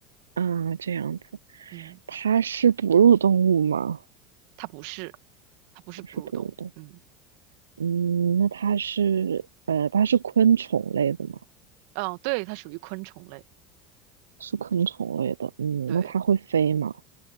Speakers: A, on the right; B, on the right.
A: 嗯，这样子，
B: 嗯，
A: 它是哺乳动物吗？
B: 它不是，它不是哺乳动物。
A: 不是哺乳动物。
B: 嗯，
A: 嗯，那它是呃，它是昆虫类的吗？
B: 哦，对，它属于昆虫类。
A: 是昆虫类的。嗯，
B: 对，
A: 那它会飞吗？